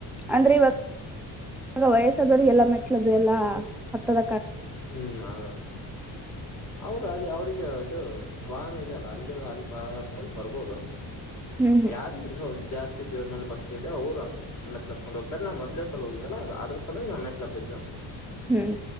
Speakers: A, in the centre; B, on the left.
A: ಅಂದ್ರೆ ಇವತ ವಯಸ ಆದವರಿಗೆ ಎಲ್ಲಾ ಮೆಟ್ಲ ಅದು ಎಲ್ಲಾ ಹತ್ತದ
B: ಹ್ಮ್ ಆ ಅವರು ಅದೇ ಅವ್ರಿಗೆ ಈಗ ಇದು ವಾಹನ ಇದೆ ಅಲ್ಲ ಅಲ್ಲಿಂದ ಅಲ್ಲಿ ಹತ್ಕೊಂಡು ಬರ್ಬೋದು
A: ಹ್ಮ್
B: ಯಾರ ಇಲ್ಲಾ ಸ್ವಲ್ಪ ಜಾಸ್ತಿ ಸಿದ್ದ ದೇವರ ಮೇಲೆ ಭಕ್ತಿ ಇದೆ ಮೆಟ್ಟಲು ಹತ್ಕೊಂಡು ಹೋಗ್ತಾರೆ ನಾನು ಮೊದಲ ಸಲ ಹೋಗಿದ್ದಲ್ಲ ಅದ್ರ ಸಲುವಾಗಿ ಮೆಟ್ಟಲು ಹತ್ತಿದ್ದು
A: ಹ್ಮ್